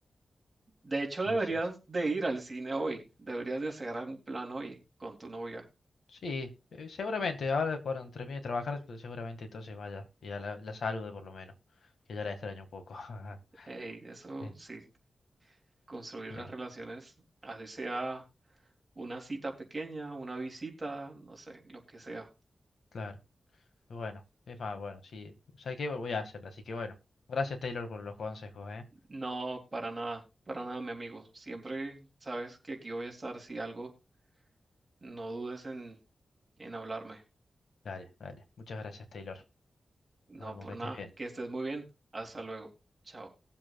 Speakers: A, on the right (about 25°); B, on the left (about 85°).
A: De hecho,
B: Sí,
A: deberías
B: sí, sí.
A: de ir al cine hoy, deberías de hacer un plan hoy con tu novia.
B: Sí, eh, seguramente, ahora cuando termine de trabajar, seguramente entonces vaya y a la, la salude por lo menos, que ya la extraño un poco. <laughs>
A: Eh, Y eso
B: Eh,
A: sí, construir
B: eh,
A: las relaciones, así sea una cita pequeña, una visita, no sé, lo que sea.
B: claro, bueno, es más, bueno, sí, ¿sabes qué? Voy a hacerla, así que bueno, gracias Taylor por los consejos, ¿eh?
A: No, para nada, para nada, mi amigo. Siempre sabes que aquí voy a estar, si algo, no dudes en, en hablarme.
B: Dale, dale, muchas gracias Taylor,
A: No,
B: nos vemos,
A: por
B: que estés
A: nada,
B: bien.
A: que estés muy bien. Hasta luego. Chao.